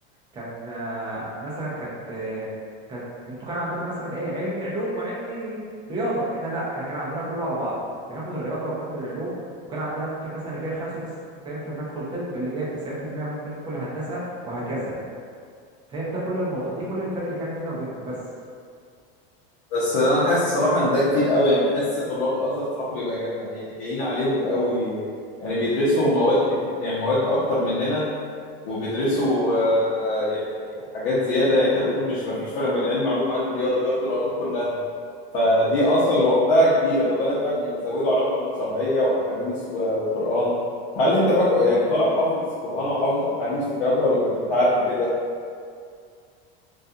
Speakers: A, on the right; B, on the left.
A: كان آه، مثلا كانت آه، كانت انتوا كان عندكم مثلا ايه علمي علوم وعلمي رياضه احنا لا احنا كان عندنا كله على بعضه بناخد الرياضه وبناخد العلوم وكان عندنا ممكن مثلا اللي جايب 95% يدخل طب اللي جايب 90% ممكن يدخل هندسه وهكذا فاهم ده كل الموضوع دي كل الفرق اللي كان بيننا وبينكم بس
B: بس انا حاسس صراحه ان ده كتير قوي يعني بحس طلاب الازهر صراحه بيبقى جم... يعني جايين عليهم قوي يعني بيدرسوا مواد كتير يعني مواد اكتر مننا وبيدرسوا آه، يعني حاجات زياده يعني انت بتقول مش ما فيش فرق بين علم علوم وعلم رياضه بياخدوا العلوم كلها فدي اصلا لوحدها كبيره ما بالك بقى بيزودوا عليهم علوم شرعيه واحاديث و- وقران هل انت بقى كو- يعني طالع حافظ قران وحافظ احاديث والكلام ده ولا كنت بتعدي كده